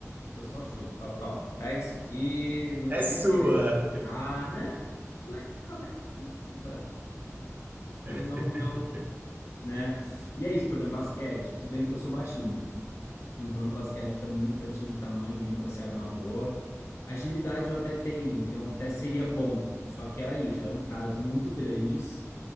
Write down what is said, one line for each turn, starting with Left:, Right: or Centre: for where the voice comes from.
Left: eu só chuto. Falo, tá, ó, pega isso aqui, não
Right: É
Left: vem
Right: sua!
Left: querer me machucar, né? Leva, leva, leva. Eu
Right: <laughs>
Left: não, não né? E é isso, por exemplo, basquete, tudo bem, eu sou baixinho, então no basquete também nunca tive tamanho nem para ser armador. Agilidade eu até tenho, então até seria bom. Só que era isso, eram caras muito grandes